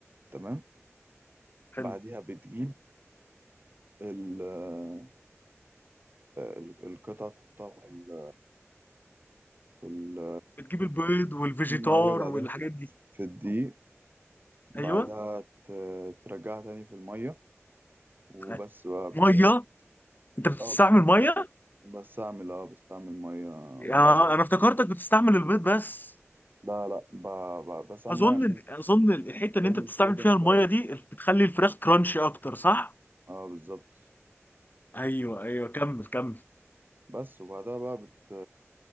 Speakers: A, on the right (about 40°); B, on the left (about 40°).
A: تمام
B: حلو
A: بعديها بتجيب ال آه، ال- القطع تحطها في ال- في ال-
B: بتجيب البيض والفيجيتار
A: الميه بعدها
B: والحاجات
A: في
B: دي
A: في الدقيق بعدها
B: ايوه
A: ت- ترجعها تاني في المية وبس
B: طيب.
A: بقى
B: ميه
A: ب...
B: انت بتستعمل
A: اه
B: ميه
A: بس اعمل اه بس اعمل مية
B: يا
A: بعدين
B: انا افتكرتك بتستعمل البيض بس
A: لا لا ب... ب... بس اعمل
B: اظن
A: مية عشان
B: اظن الحته اللي
A: تعمل
B: انت بتستعمل
A: بريدنج
B: فيها الميه
A: كويس
B: دي بتخلي الفراخ كرانشي اكتر صح
A: اه بالظبط
B: ايوه ايوه كمل كمل
A: بس وبعدها بقى بت...